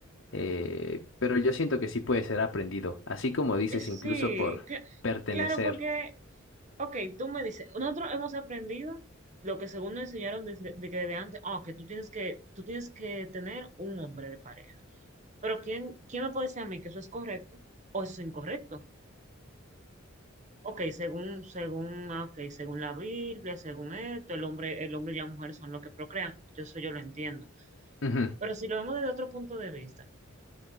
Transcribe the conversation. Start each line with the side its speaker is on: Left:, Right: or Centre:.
Left: eh, pero yo siento que sí puede ser aprendido, así como dices,
Right: Eh, Sí,
Left: incluso por
Right: cl-
Left: pertenecer.
Right: claro, porque Ok, tú me dices, nosotros hemos aprendido lo que según nos enseñaron desde- de, que de antes, ah, que tú tienes que, tú tienes que tener un hombre de pareja. Pero ¿quién, quién me puede decir a mí que eso es correcto o eso es incorrecto? Ok, según, según, ah, ok, según la Biblia, según esto, el hombre, el hombre y la mujer son los que procrean. Yo eso yo lo entiendo.
Left: Ujú,
Right: Pero si lo vemos desde otro punto de vista,